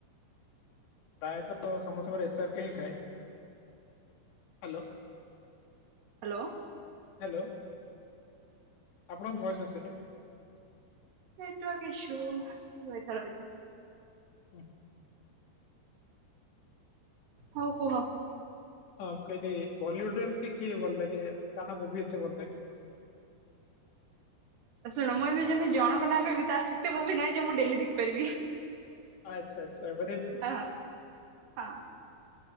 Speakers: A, on the left; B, on the right.
A: ପ୍ରାୟତଃ ସମସ୍ତଙ୍କର ଏସ୍ ଆର୍ କେ ହିଁ ଥାଏ। ହାଲୋ।
B: ହାଲୋ।
A: ହାଲୋ ଆପଣଙ୍କ ଭଏସ୍ ଆସିନି।
B: ନେଟୱର୍କ ଈସୁ ରହିଥା- ରହିଥା।
A: <unintelligible>
B: ହଉ କୁହ।
A: ହଁ ମୁଁ କହିଲି ବଲିଉଡ ରେ ଏମିତି କିଏ ଭଲ ଲାଗେ କାହା ମୁଭି ଏତେ ଭଲ ଲାଗେ। <unintelligible>
B: ଶୁଣ ମୁଁ ଏବେ ଯେମିତି ଜଣଙ୍କ ନାଁ କହିବି ତାର ସେତେ ମୁଭି ନାହିଁ ଯେ ମୁଁ ଡେଲି ଦେଖିପାରିବି।
A: ଆଚ୍ଛା- ଆଚ୍ଛା ଏପଟେ
B: ଆ ହଁ